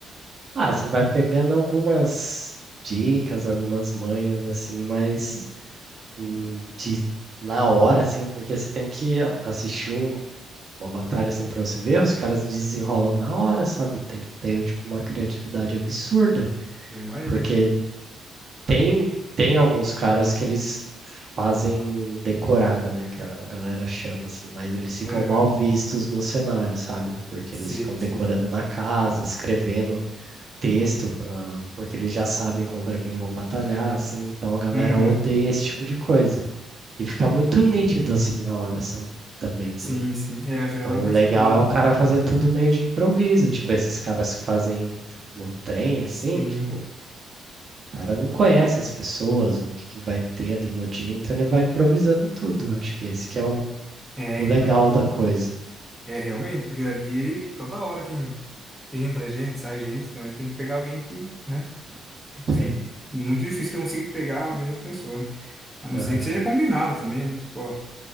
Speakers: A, on the right; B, in the centre.
A: Ah, você vai pegando algumas dicas, algumas manhas, assim, mas hum, de, na hora, assim, porque você tem que a- assistir um- uma batalha, assim, pra você ver, os caras desenrolam na hora, sabe? Tem que ter, tipo, uma criatividade absurda,
B: Eu imagino.
A: porque tem, tem alguns caras que eles fazem decorada, né, que a, a galera chama, assim, mas eles ficam
B: Aham.
A: mal vistos no cenário, sabe? Porque
B: Sim,
A: eles ficam decorando
B: sim.
A: na casa, escrevendo texto para, porque eles já sabem contra quem vão batalhar, assim, então a galera
B: Uhum.
A: odeia esse tipo de coisa. E fica muito nítido assim na hora sa- também,
B: Sim,
A: sabe?
B: sim. É, acho que
A: Então
B: dá pra
A: o
B: perceber.
A: legal é o cara fazer tudo meio de improviso, tipo esses caras que fazem no trem
B: Sim.
A: assim, tipo, o cara não conhece as pessoas, o que que vai ter ali no dia, então ele vai improvisando tudo. Eu Acho que esse que é o,
B: É,
A: o
B: então.
A: legal da coisa.
B: É, realmente, porque ali ele toda hora tem. Entra gente, sai gente, então ele tem que pegar alguém que, né? Tipo assim,
A: Sim.
B: muito difícil de conseguir pegar a mesma pessoa, né? A não
A: Aham.
B: ser que seja combinado também, né? Tipo, ó,